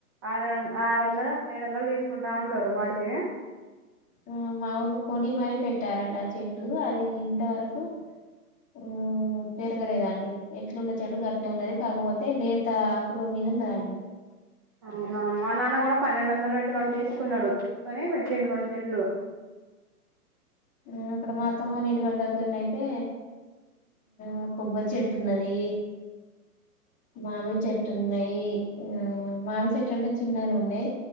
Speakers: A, on the right; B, on the left.
A: ఆరుంద ఆరు వందలు ఏడు వందలు తీసుకుంటా ఉంటారు వాటికి
B: ఆ మ ఊర్లో కొని మరీ పెట్టారండి ఆ చెట్టు అది ఇంతవరకు హు పెరగలేదండి ఎట్లున్న చెడు అట్లే ఉన్నది కాకపోతే లేత ఆకుల మీద ఉన్నదండి.
A: అవునా మా నాన్న కూడా పన్నెండు వందలు పెట్టి రెండు తీసుకున్నారు తీసుకొని పెట్టిండు రెండు చెట్లు
B: ఆ అక్కడ మాత్రము నీటి వరి దగ్గరన అయితే ఆ కొబ్బరి చెట్టు ఉన్నది మామిడి చెట్టు ఉన్నాయి ఆ మామిడి చెట్టు అంటే చిన్నగాగా ఉన్నాయి